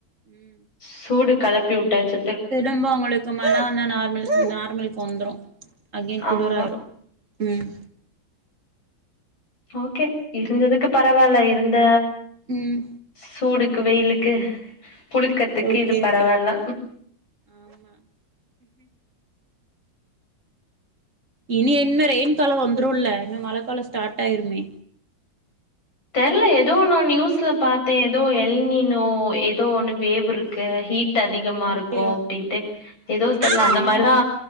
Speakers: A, on the right; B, on the left.
A: ம்
B: சூடு களப்பி வுட்டாச்சு
A: திரும்ப உங்களுக்கு மழ வந்தா நார்மல் நார்மலுக்கு வந்துரு அகென் குளிராயிரு
B: ஆமா
A: ம்
B: ஓகே இருந்ததுக்கு பரவால்ல இருந்த
A: ம்
B: சூடுக்கு வெயிலுக்கு புளுக்கத்துக்கு
A: ஓகே
B: இது பரவால்ல
A: ஓகே ஆமா இனி என்ன ரெயின் கால வந்துருல இன்னு மழ கால ஸ்டார்ட் ஆயிருமே
B: தெர்ல ஏதோன்னு நியூஸ்ல பாத்தே ஏதோ எல் நினோ ஏதோ ஒன்று வேவ் இருக்கு ஹீட் டு அதிகமா
A: அப்டியா
B: இருக்கு அப்டின்ட்டு ஏதோ தெர்ல
A: ஆ
B: அந்த மார்தா